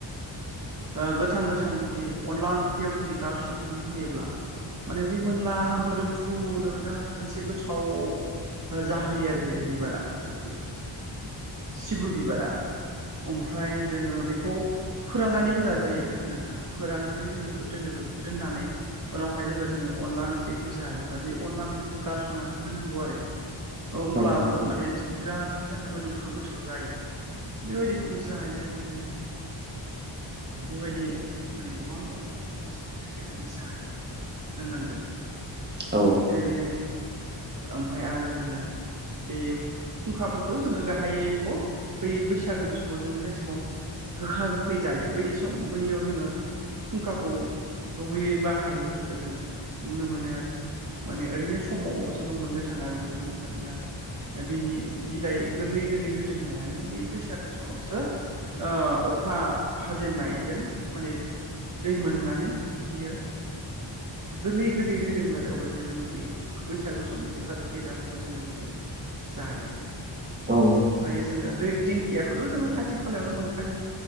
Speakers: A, on the right; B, on the right.
A: ओ गोथां गोथां जुदि अनला ओंख्रियाव जुदि गारसननानै होयोब्ला माने रिमोनला मोदोमफ्रुनो बिराद मोनसे गोथाव ओ जाहोयो आरो बे बिबारा थास' सिब्रु बिबारा ओमफ्राय जोङो बेखौ फोराननानैबो जाजायो नोंथां फोराननानै जोङो बेखौ दोनोब्ला दोननानै उनावहाय जेब्ला जोङो अनला ओंख्रिफोर जायोबा बे अनला ओंख्रिखौ गारस'नानै होनांगौ आरो औ ओमब्ला
B: औ
A: बो माने बिराद मोजां मोदोमफ्रु गोथाव जायो। बेबायदिफोरखौ जायो आरो जोङो। बेबायदि माने गोबां ओंख्रिफोरखौनो जोङो नायगिरनानै जायो होननांगोन।
B: औ
A: जेरै ओमफाय आरो जोङो बे फुंखाफोरखौ जोङो गाहायैथ' बै बैसागोनि समाव जों जाय समाव गोखा गोखै जायो बै सम बैयाव जोङो फुंखाखौ गुबैयै बाहायनायखौ जोङो नुनो मोनो आरो माने ओरैनो समाव जोङो मोननो थाङा बेखौ मानोना बिनि बिलाइ गोरलै गोरलै रोदोमनायानो बै बैसागो समावसो ओ अखा हाजेननायजों माने दै मोननानै बियो गोरलै गोरलै रोदोमो आरो अब्लानो जोङो बै बैसागु समनि गोखा गोखै जानायाव जोङो बेखौ जायो
B: औ
A: ओमफ्राय जोङो दै दिंखियाखौथ' जोङो खाथि खालायावनो मोनखायो